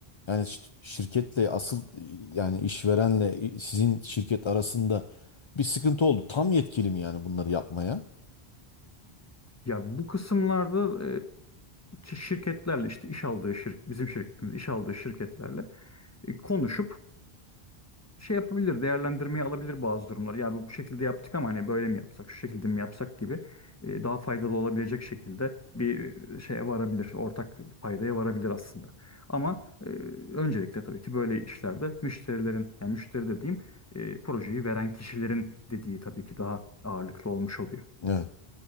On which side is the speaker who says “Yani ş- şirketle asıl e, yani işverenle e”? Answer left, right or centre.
Left